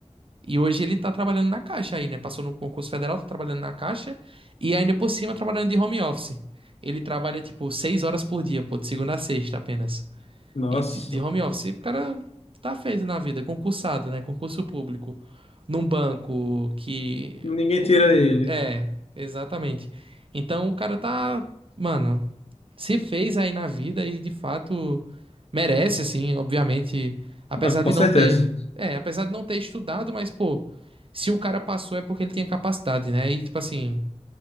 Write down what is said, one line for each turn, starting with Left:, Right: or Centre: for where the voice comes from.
Right: E hoje ele tá trabalhando na Caixa aí, né? Passou no concurso federal, tá trabalhando na Caixa e ainda por cima trabalhando de home office. Ele trabalha tipo seis horas por dia, pô, de segunda a sexta apenas.
Left: Nossa,
Right: E de, de home office, o cara tá feito na vida, concursado, né? Concurso público. Num banco que.
Left: ninguém
Right: pô,
Left: tira ele.
Right: é, exatamente. Então o cara tá. Mano, se fez aí na vida e de fato merece, assim, obviamente, apesar
Left: Ah, com
Right: de
Left: certeza.
Right: não ter, é, apesar de não ter estudado, mas pô, se o cara passou é porque ele tinha capacidade, né? E tipo assim,